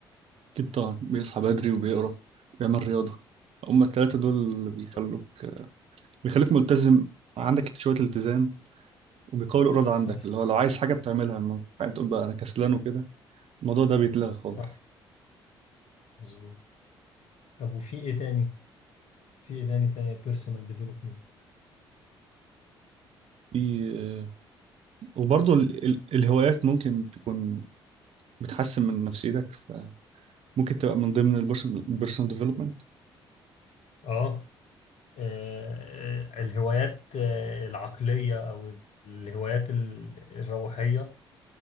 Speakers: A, on the right; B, on the left.
A: أكيد طبعا بيصحى بدري وبيقرا بيعمل رياضة هما التلاتة دول اللي
B: بالظبط
A: بيخلوك بيخليك ملتزم عندك شوية التزام وبيقوي الإرادة
B: صح
A: عندك اللي هو لو عايز حاجة بتعملها ما ينفعش تقول بقى أنا كسلان وكده الموضوع ده بيتلغى خالص
B: صح مظبوط طب وفي ايه تاني في ايه تاني تاني بيرسونال ديفلوبمنت
A: في وبرضه ال... ال... الهوايات ممكن تكون بتحسن من نفسيتك فممكن تبقى من ضمن البيرسونال البيرسونال ديفلوبمنت
B: اه آه، الهوايات آه، العقلية او الهوايات ال- الروحية